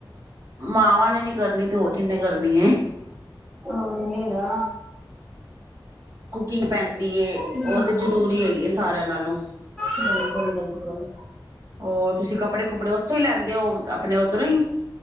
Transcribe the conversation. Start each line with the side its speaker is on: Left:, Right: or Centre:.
Right: ਮਾਵਾਂ ਨੇ ਨੀ ਕਰਨੀ ਤੇ ਉਹ ਕਿੰਨੇ ਕਰਨੀ ਹੈ।
Centre: ਹ ਹੈੇਨਾ।
Right: ਕੁਕਿੰਗ ਪੈਂਦੀ
Centre: ਹਮ
Right: ਉਹ ਤਾਂ ਜ਼ਰੂਰੀ ਹੈਗੀ ਹੈ ਸਾਰਿਆਂ ਨਾਲੋਂ।
Centre: ਬਿਲਕੁਲ ਬਿਲਕੁਲ।
Right: ਹੋਰ ਤੁਸੀਂ ਕੱਪੜੇ ਕੁਪੜੇ ਉੱਥੋਂ ਹੀ ਲੈਂਦੇ ਹੋ ਆਪਣੇ ਉਓਧਰੋਂ ਹੀ।